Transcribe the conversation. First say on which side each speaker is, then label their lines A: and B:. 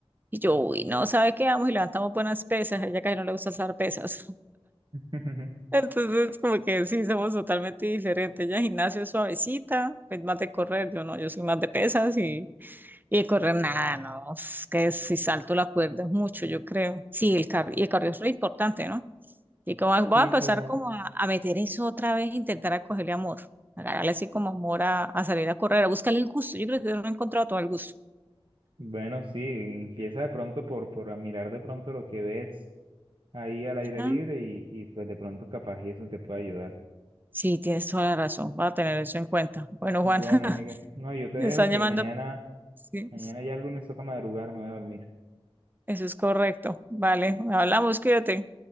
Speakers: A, on the right; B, on the right.
A: Y yo, uy, no, ¿sabe qué? Vamos y levantamos buenas pesas, a ella casi no le gusta hacer pesas.
B: <laughs>
A: Entonces, como que sí, somos totalmente diferentes. Ella gimnasio es suavecita, es más de correr, yo no, yo soy más de pesas y, y de correr nada, no, es que si salto la cuerda es mucho, yo creo. Sí, el cardio, y el cardio es re importante, ¿no? Y como voy
B: Sí,
A: a empezar
B: claro.
A: como a, a meter eso otra vez, intentar a cogerle amor, agarrarle así como amor a, a salir a correr, a buscarle el gusto. Yo creo que yo no he encontrado todo el gusto.
B: Bueno, sí, empieza de pronto por, por admirar de pronto lo que ves ahí al aire
A: Ajá.
B: libre y, y pues de pronto capaz y eso te puede ayudar.
A: Sí, tienes toda la razón, voy a tener eso en cuenta. Bueno,
B: Bueno,
A: Juan, <laughs>
B: amiga, no, yo te
A: me
B: dejo
A: están
B: que
A: llamando.
B: mañana...
A: Sí.
B: Mañana ya el lunes toca madrugar, me voy a dormir.
A: Eso es correcto. Vale, hablamos, cuídate.